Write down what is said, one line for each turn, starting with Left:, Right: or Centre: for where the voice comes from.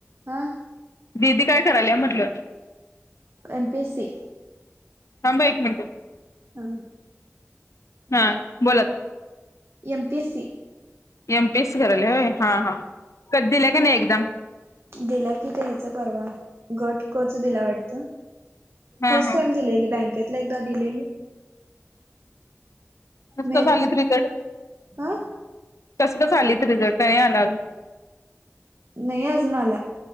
Right: ह
Left: दिदी काय करायल म्हटल
Right: एमपी सी
Left: थांबा एक म्हणते
Right: हम
Left: हा बोलात
Right: M P S C
Left: M piece कराले होय हा हा कध दिल्या का नाही एकदम
Right: दिला की द्यायच परवा घट कच दिला वाटत
Left: हा
Right: फर्स्ट
Left: हा
Right: टाइम दिलेली बँकेतला एकदा दिलेली
Left: नुसकं
Right: मेरिट
Left: झाली त रकडे
Right: हा
Left: कसं कसं आलीत रिझल का नाही आला
Right: नाही अजून आला